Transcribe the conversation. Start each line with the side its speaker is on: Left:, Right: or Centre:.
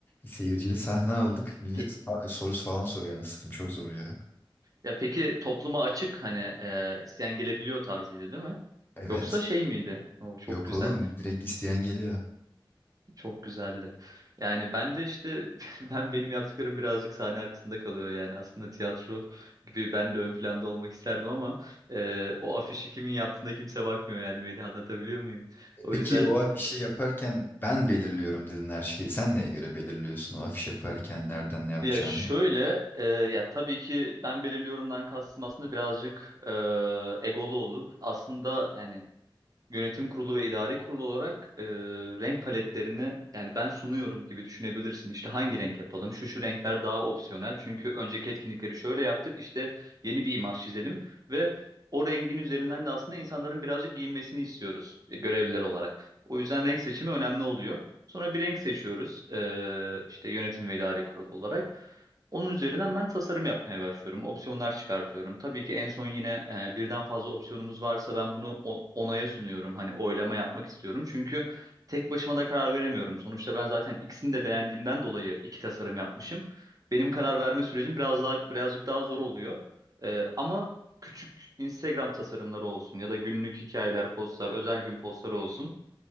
Left: Seyircili sahne aldık. Millet
Right: Pe-
Left: sorusu falan soruyor anasını satayım. Çok zor ya.
Right: ya peki topluma açık hani e, isteyen gelebiliyor tarzıydı değil mi?
Left: Evet.
Right: Yoksa şey miydi? Oo, çok
Left: Yok
Right: güzel.
Left: oğlum direkt isteyen geliyor.
Right: Çok güzeldi. Yani ben de işte <laughs> ben benim yaptıklarım birazcık sahne arkasında kalıyor yani aslında tiyatro gibi ben de ön planda olmak isterdim ama e, o afişi kimin yaptığına kimse bakmıyor yani Melih anlatabiliyor muyum? O
Left: Peki
Right: yüzden
Left: o afişi
Right: e,
Left: yaparken ben belirliyorum dedin her şeyi. Sen neye göre belirliyorsun o afiş yaparken nereden ne yapacağını?
Right: ya şöyle e, ya tabii ki ben belirliyorumdan kastım aslında birazcık e, egolu olur. Aslında yani yönetim kurulu ve idari kurulu olarak e, renk paletlerini yani ben sunuyorum gibi düşünebilirsin. İşte hangi renk yapalım? Şu şu renkler daha opsiyonel. Çünkü önceki etkinlikleri şöyle yaptık. İşte yeni bir imaj çizelim ve o rengin üzerinden de aslında insanların birazcık giyinmesini istiyoruz e, görevliler olarak. O yüzden renk seçimi önemli oluyor. Sonra bir renk seçiyoruz e, işte yönetim ve idari kurulu olarak. Onun üzerinden ben tasarım yapmaya başlıyorum. Opsiyonlar çıkartıyorum. Tabii ki en son yine e, birden fazla opsiyonumuz varsa ben bunu o- onaya sunuyorum. Hani oylama yapmak istiyorum. Çünkü tek başıma da karar veremiyorum. Sonuçta ben zaten ikisini de beğendiğimden dolayı iki tasarım yapmışım. Benim karar verme sürecim biraz daha birazcık daha zor oluyor. E, ama küçük Instagram tasarımları olsun ya da günlük hikayeler, postlar, özel gün postları olsun.